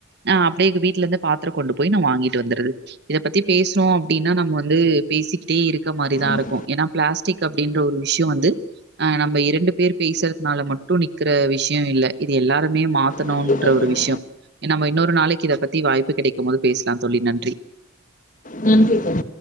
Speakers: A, on the right; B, on the left.
A: அ அப்டியே வீட்டுல இருந்து பாத்திரோ கொண்டு போய் நா வாங்கிட்டு வந்துருது இத பத்தி பேசுறோ அப்டின்னா நம்ம வந்து பேசிக்கிட்டே இருக்க மாதிரிதா
B: ம்,
A: இருக்கு ஏன்னா பிளாஸ்டிக் அப்டின்ற ஒரு விஷ்யோ வந்து அ நம்ம ரெண்டு பேர் பேஸ்றதுனால மட்டு மட்டு நிக்ற விஷ்யோ இல்ல இது எல்லாருமே மாத் த்தணூன்ற
B: கண்டிப்பா சொல்லுங்க
A: ஒரு விஷ்யோ நம்ம இன்னொரு நாளைக்கு இத பத்தி வாய்ப்பு கெடைக்கும் போது பேஸ்லா தோழி நன்றி
B: ம்